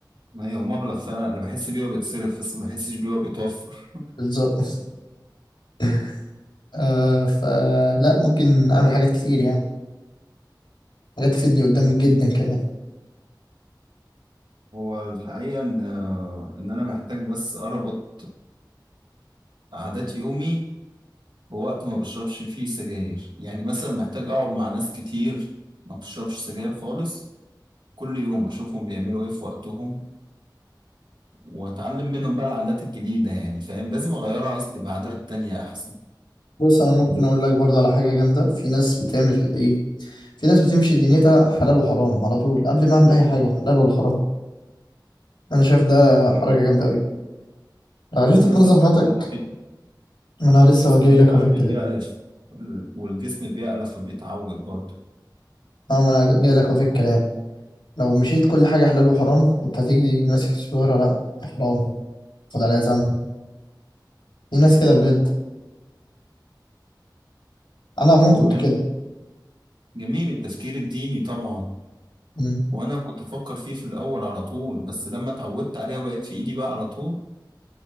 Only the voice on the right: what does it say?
ما هي هو مبلغ فعلا أنا بحس بيه وبيتصرف بس ما بحسش بيه وبيتوفر
هو الحقيقة إن آه، إن أنا محتاج بس أربط عادات يومي بوقت ما بشربش فيه سجاير يعني مثلا محتاج اقعد مع ناس كتير ما بشربش سجاير خالص كل يوم اشوفهم بيعملوا ايه في وقتهم واتعلم منهم بقى العادات الجديدة يعني فاهم لازم اغيرها اصلي بعادات تانية احسن
انا
في الاول
كنت كده
بس
القلب
بيألف ال- والجسم بيألف فبيتعود برضه
هو
جميل
جميل التفكير الديني طبعا
وانا كنت افكر فيه في الاول على طول بس لما اتعودت عليه وبقت في ايدي بقى على طول